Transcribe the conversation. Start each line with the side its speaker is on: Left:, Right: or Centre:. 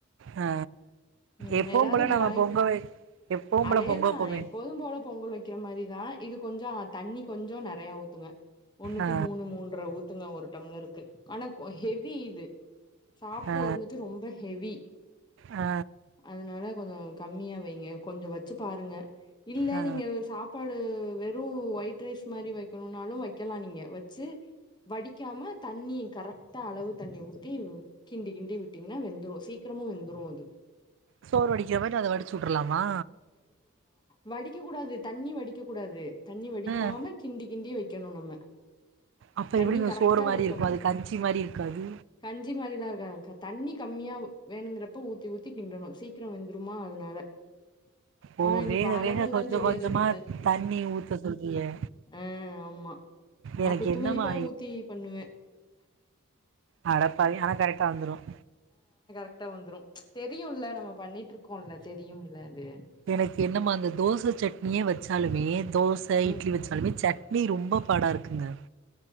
Right: ஆ
Left: உம்
Right: எப்பவும்
Left: ஏதாவது
Right: போல
Left: ஒண்ணு வாங்கி நம்ம ஏதாவது ஒன்னு வாங்கி
Right: பொங்க வை எப்பவும்
Left: அதேதான்
Right: போல பொங்க வைப்போமே
Left: எப்போதும் போல பொங்கல் வைக்கிற மாதிரிதான் இது கொஞ்சம் தண்ணி கொஞ்சம் நெறைய ஊத் ங்க ஒன்னுக்கு
Right: ஆ
Left: மூணு மூன்ற ஊத்துங்க ஒரு டம்ளர் <unintelligible> ஆனா ஹெவி இது சாப்படுறது
Right: ஆ
Left: வந்துட்டு ரொம்ப ஹெவி
Right: ஆ
Left: அதனாலகொஞ்சோ கம்மியா வைங்க கொஞ்சம் வச்சு பாருங்க இல்ல
Right: ஆ
Left: நீங்க சாப்பாடு உம் வெறும் ஒயிட் ரைஸ் மாரி வைக் னாலும் வைக்கலாம் நீங்க வச்சு வடிக்காம தண்ணி கரெக்டா அளவு தண்ணி ஊத்தி கிண்டி கிண்டி விட்டீங்கன்னா வெந்துடும் சீக்கிரமும் வெந்துடும் <inaudible>
Right: சோறு வடிக்கிற மாரி அதை வடிச்சு விட்டுருலாமா
Left: வடிக்கக்க கூடாது தண்ணி வடிக்கக் கூடாது தண்ணி வடிக்காம
Right: ம்
Left: கிண்டி கிண்டி வைக்கணும் நம்ம
Right: அப்ப
Left: தண்ணி
Right: எப்டிங்க
Left: கரெட்டா
Right: சோறு மாரி
Left: ஊற்றணும்
Right: இருக்கு அது கஞ்சி மாரி இருக்காது
Left: கஞ்சி மாரிலா இருக்க தண்ணி கம்மியா வேணுங்கிறப்ப ஊத்தி ஊத்தி கிண்டணும் சீக்கிரம் வெந்துருமா அதனால
Right: ஓ
Left: ஆனா எனக்கு
Right: வேக
Left: அளவெல்லா
Right: வேக கொஞ்சம்
Left: தெரியாது
Right: கொஞ்சமா
Left: அந்த
Right: தண்ணி ஊத்த சொல்றிய
Left: ஆஹ் ஆமா நான்
Right: எனக்கு
Left: குத்துமதிப்பா
Right: என்னமா
Left: ஊத்தி பண்ணுவேன்
Right: அஹடப்பாதி ஆனா கரெக்டா வந்துரும்
Left: டா வந்துரும் தெரியும்ல நம்ம பண்ணிட்டு இருக்கோம்ல தெரியும்ல அது
Right: எனக்கு என்னமா அந்த தோச சட்னியே வச்சாலுமே தோச
Left: ம்
Right: இட்லி வச்சாலுமே சட் நீ ரொம்ப பாடா இருக்குங்க